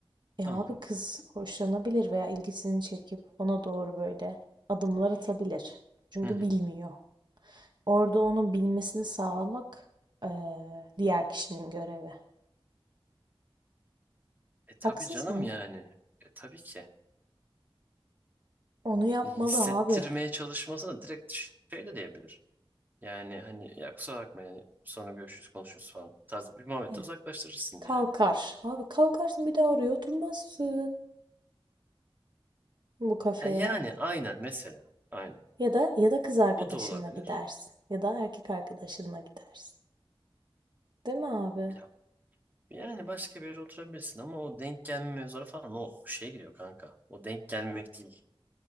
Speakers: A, on the right; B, on the right.
A: E
B: Tamam.
A: abi kız hoşlanabilir veya ilgisini çekip ona doğru böyle adımlar atabilir. Çünkü
B: Hı hı.
A: bilmiyor. Orada onun bilmesini sağlamak e, diğer kişinin görevi.
B: E
A: Haksız
B: tabii canım
A: mıyım?
B: yani. E tabii ki.
A: Onu yapmalı
B: Ne hissettirmeye
A: abi.
B: çalışmasına direkt şey de diyebilir. Yani hani ya kusura bakma yani sonra görüşürüz konuşuruz falan tarzı bir muhabbette
A: Eh,
B: uzaklaştırırsın
A: Kalkar.
B: yani.
A: Abi kalkarsın bir daha oraya oturmazsın bu kafeye.
B: Ha, yani aynen mesela aynen.
A: Ya da ya da kız arkadaşınla
B: O da olabilir.
A: gidersin. Ya da erkek arkadaşınla gidersin. Değil mi abi?
B: Ya, yani başka bir yere oturabilirsin ama o denk gelme mevzuları falan o şeye gidiyor kanka. O denk gelmek değil.